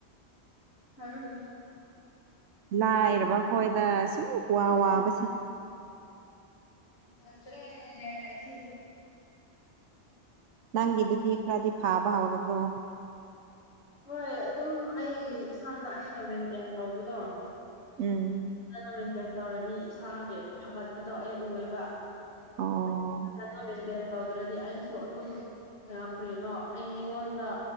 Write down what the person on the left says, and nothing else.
ꯍꯔ
ꯌꯦꯗꯗ꯭ꯔꯦ ꯁꯤꯁꯤ
ꯍꯣꯏ ꯑꯗꯨꯝ ꯑꯩ ꯏꯁꯥꯅ ꯑꯩꯅ ꯃꯦꯟꯇꯦꯟ ꯇꯧꯕꯗꯣ
ꯐꯖꯅ ꯃꯦꯟꯇꯦꯟ ꯇꯧꯔꯅꯤ ꯏꯁꯥꯒꯤ ꯐꯒꯠꯄꯗꯣ ꯑꯩ ꯎꯑꯦꯕ
ꯐꯖꯅ ꯃꯦꯟꯇꯦꯟ ꯇꯧꯗ꯭ꯔꯗꯤ ꯑꯩꯁꯨ ꯑꯗꯨꯝ ꯀꯩꯅꯣ ꯑꯩꯉꯣꯟꯗ